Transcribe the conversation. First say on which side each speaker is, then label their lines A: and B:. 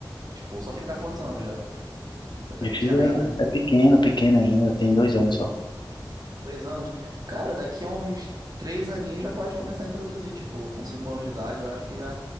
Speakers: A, on the right; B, on the left.
A: Tipo, sua filha tá com quantos anos já? Tá
B: Minha
A: pequena
B: filha
A: ainda?
B: é pequena, pequena ainda, tem dois anos só.
A: Dois anos. Cara, daqui a uns três aninhos já pode começar a introduzir, tipo, com cinco anos de idade, eu acho que já.